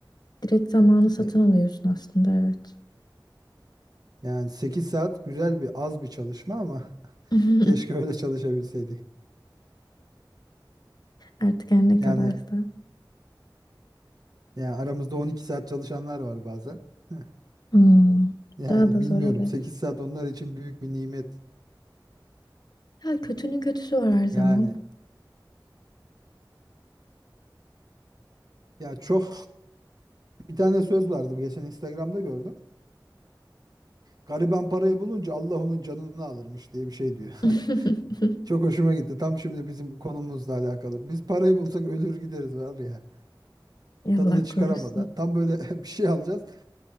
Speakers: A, on the left; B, on the right.
A: Direkt zamanı satın
B: E,
A: alıyorsun aslında evet.
B: Yani 8 saat güzel bir az bir çalışma ama <laughs>
A: <laughs>
B: keşke öyle çalışabilseydik.
A: Artık her ne
B: Yani
A: kadarsa.
B: yani aramızda 12 saat çalışanlar var bazen. <laughs>
A: Hmm,
B: Yani
A: Daha da
B: bilmiyorum
A: zor evet.
B: 8 saat onlar için büyük bir nimet.
A: Ya kötünün kötüsü var her zaman.
B: Yani ya çok bir tane söz vardı geçen Instagram'da gördüm. Gariban parayı bulunca Allah onun canını alırmış diye bir şey diyor.
A: <laughs>
B: <laughs> Çok hoşuma gitti. Tam şimdi bizim bu konumuzla alakalı. Biz parayı bulsak ölür gideriz var ya.
A: Allah
B: Tadını çıkaramadan.
A: korusun.
B: Tam böyle <laughs> bir şey alacağız.